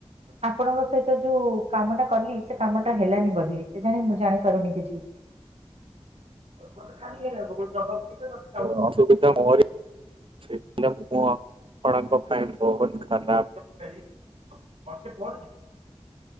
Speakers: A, on the right (about 65°); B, on the right (about 50°).
A: ଆପଣଙ୍କ ସହିତ ଯୋଉ କାମ ଟା କଲି ସେ କାମ ଟା ହେଲାନି ବୋଧେ କେଜାଣି ମୁଁ ଜାଣିପାରୁନି କିଛି।
B: <inaudible>
A: ଗୋଟେ ଖାଲି ଖ ହବ ଗୋଟେ ଜବା ପକଛ ତ <unintelligible>
B: ଅ ଅସୁବିଧା ମୋରି। <unintelligible> ଆପଣଙ୍କ ପାଇଁ ବହୁତ ଖରାପ।
A: <unintelligible> <unintelligible>